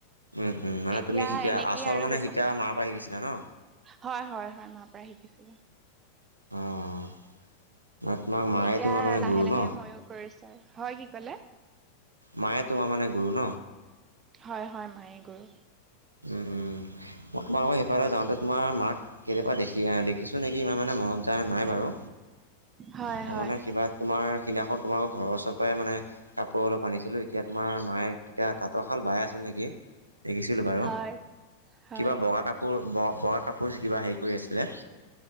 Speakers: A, on the right; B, on the right.
A: উম-উম মানে
B: এতিয়া
A: তুমি শিকা
B: এনেকেই
A: আচল
B: আৰু
A: মানে
B: ব্যৱসায়
A: শিকা, মাৰ পৰা শিকিছিলা ন?
B: হয়- হয় - হয় মাৰ পৰা শিকিছিলো।
A: অ', মানে তোমাক মায়ে
B: এতিয়া
A: তোমাৰ মানে
B: লাহে
A: গুৰু
B: লাহে
A: ন?
B: ময়ো কৰিছো আৰু। হয় কি কলে?
A: মায়ে তোমাৰ মানে ন
B: হয় হয় মায়ে গৰু
A: উ-উ মই তোমালোকৰ সেইফালে যাওঁতে তোমাৰ মাক সেইয়াৰ দেখি দেখিছো। চোন নেকি ইমান মানে মনত যায় নাই বাৰু।
B: হয়
A: মই
B: হয়
A: মানে সিবা তোমাৰ দিনাখন তোমালোকৰ ঘৰৰ ওচৰৰ পৰাই মানে কাপোৰ অলপ আনিছিলোঁ। তেতিয়া তোমাৰ মায়ে তেতিয়া তাত তাতৰশাল বাই আছে নেকি, দেখিছিলোঁ বাৰু
B: হয় হয়
A: কিবা বগা কাপোৰ বগ-বগা কাপ কপজ কিবা হেৰি কৰি আছিলে